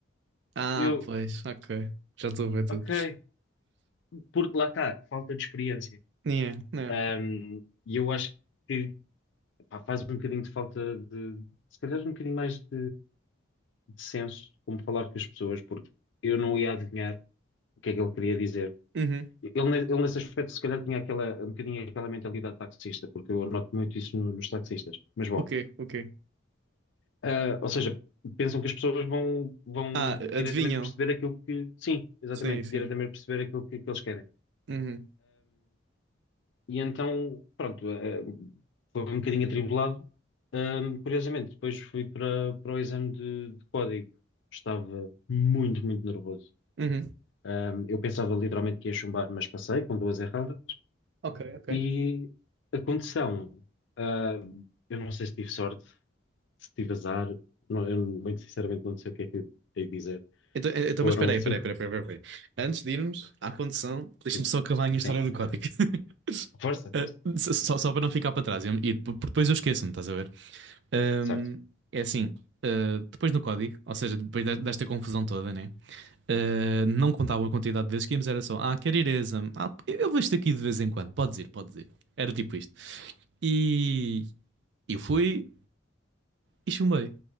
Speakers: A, on the right; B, on the left.
A: Ah,
B: Eu,
A: pois, ok. Já estou a ver tudo.
B: ok, porque lá está, falta de experiência.
A: Yeah, yeah.
B: Um, e eu acho que pá, faz um bocadinho de falta de, se calhar, um bocadinho mais de, de senso como falar com as pessoas, porque eu não ia adivinhar o que é que ele queria dizer.
A: Uhum,
B: Ele, ne- ele nesse aspecto, se calhar, tinha aquela, um bocadinho aquela mentalidade taxista, porque eu noto muito isso no- nos taxistas. Mas bom,
A: O quê? O quê?
B: ah, ou seja, pensam que as pessoas vão, vão
A: Ah, adivinham?
B: diretamente perceber aquilo que. Sim, exatamente,
A: Sim, sim.
B: diretamente perceber aquilo que, que eles querem.
A: Uhum,
B: E então, pronto, eh, eh, foi um bocadinho atribulado. Ahm, curiosamente, depois fui para, para o exame de, de código. Estava muito, muito nervoso.
A: uhum.
B: Ahm, eu pensava literalmente que ia chumbar, mas passei com duas erradas.
A: Ok, ok.
B: E a condição, ah, eu não sei se tive sorte, se tive azar, não- eu muito sinceramente não sei o que é que hei de dizer.
A: Então, eh, então,
B: Foram
A: mas espera aí,
B: cinco,
A: espera aí, espera aí, espera aí, espera aí. Antes de irmos à condição, deixa-me
B: sim,
A: só acabar a minha
B: sim.
A: história do código. <laughs>
B: Força,
A: Eh,
B: força.
A: só, só para não ficar para trás. E, e depo- depois eu esqueço-me, estás a ver? Ahm,
B: Certo.
A: é assim, eh, depois no código, ou seja, depois de- desta confusão toda, né? Eh, não contava a quantidade de vezes que íamos, era só, ah, quer ir a exame? Ah, eu vou isto aqui de vez em quando, podes ir, podes ir. Era tipo isto. E eu fui, e chumbei.